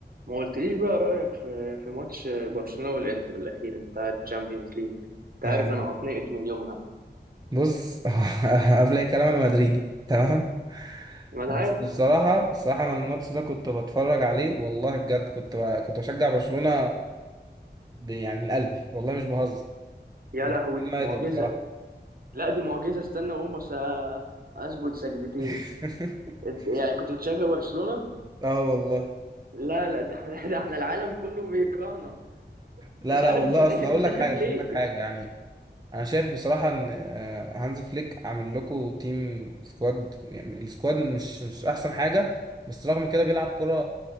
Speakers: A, on the right; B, on the right.
A: ما قلتليش بقى رأيك في في ماتش برشلونة والإنتر الأخير بتاع الشامبيونز ليج أنت
B: آه،
A: عارف أنا هتنقط من يومها
B: بص <laughs> قبل اي كلام انا مدريدي تمام
A: ما أنا
B: بس
A: عارف
B: بصراحه الصراحه انا الماتش ده كنت بتفرج عليه والله بجد كنت ب... كنت بشجع برشلونه ب... يعني من قلبي والله مش بهزر
A: يا
B: وده
A: لهوي
B: كان
A: معجزة
B: نادر بصراحه
A: لا دي معجزة استنى وأقوم أس- أسجد سجدتين
B: <laughs>
A: إت- يعني كنت بتشجع برشلونة
B: اه والله
A: لا لا ده احنا ده احنا العالم كله بيكرهنا
B: لا
A: مش
B: لا
A: عارف
B: والله
A: <laughs> ليه-
B: اصل هقول
A: مش
B: لك حاجه
A: عارف ليه
B: أصل هقول لك حاجه يعني انا شايف بصراحه ان آه، هانز فليك عامل لكم تيم سكواد يعني السكواد مش مش احسن حاجه بس رغم كده بيلعب كره